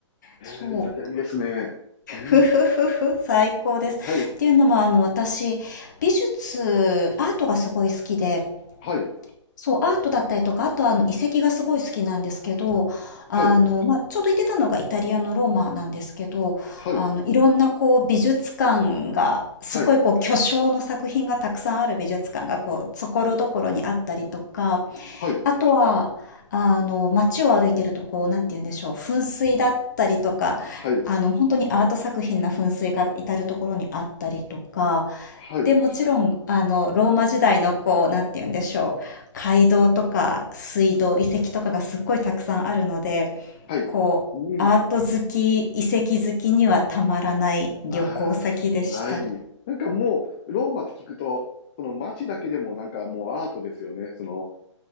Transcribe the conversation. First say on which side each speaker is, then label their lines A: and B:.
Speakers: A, on the left; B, on the left.
A: えー、
B: そう。
A: イタリアいいですね。うん。
B: ふふふふ、最高です。
A: はい、
B: っていうのも、あの、私、美術、アートがすごい好きで、
A: はい、
B: そう、アートだったりとか、あとはあの遺跡がすごい好きなんですけど、あの、
A: はい、
B: まあ、ちょうど行ってたのがイタリアのローマなんですけど、
A: はい、
B: あの、いろんなこう美術館が、すごいこう巨匠の作品がたくさんある美術館がこう、
A: はい、
B: 所々にあったりとか、
A: はい、
B: あとは、あの、街を歩いてるとこう、なんて言うんでしょう、噴水だったりとか、
A: はい、
B: あの、本当にアート作品な噴水が至るところにあったりとか、
A: はい、
B: で、もちろん、あの、ローマ時代のこう、なんて言うんでしょう。街道とか水道、遺跡とかがすっごいたくさんあるので、
A: はい。
B: こう、
A: うん。
B: アート好き、遺跡好きにはたまらない旅行先でした。
A: ああ、はい。なんかもう、ローマって聞くと、その街だけでもなんかもうアートですよね。その、